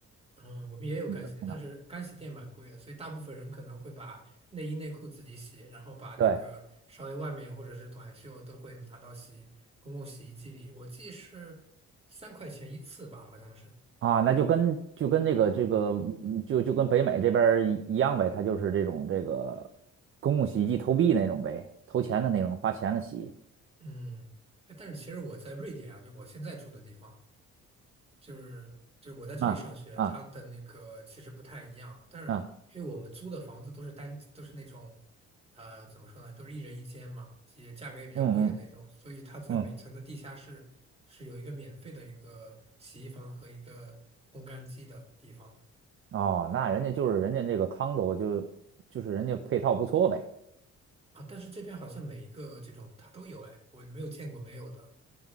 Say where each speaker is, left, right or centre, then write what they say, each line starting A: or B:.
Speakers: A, on the right; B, on the right.
A: 嗯，我们也有干洗店，
B: 你就从那。
A: 但是干洗店蛮贵的，所以大部分人可能会把内衣内裤自己洗，然后把那个稍微外面或者是短袖都会拿到洗公共洗衣机里。
B: 对
A: 我记是三块钱一次吧，好像是。
B: 啊，那就跟就跟那个这个嗯就就跟北美这边儿一一样呗，他就是这种这个公共洗衣机投币那种呗，投钱的那种，花钱的洗。
A: 嗯，哎但是其实我在瑞典啊，就我现在住的地方。就是就是我在这里上学，
B: 啊啊
A: 它的那个其实不太一样，但是因为我们租的房子都是单都是那种，
B: 啊，
A: 呃，怎么说呢，都是一人一间嘛，也价格也比较贵的那种，
B: 嗯嗯
A: 所以它在每层的地下室是有一个免费的一个洗衣房和一个烘干机的地方的
B: 嗯，哦，那人家就是人家那个 condo 就就是人家配套不错呗。
A: 啊，但是这边好像每一个这种它都有哎，我没有见过没有的。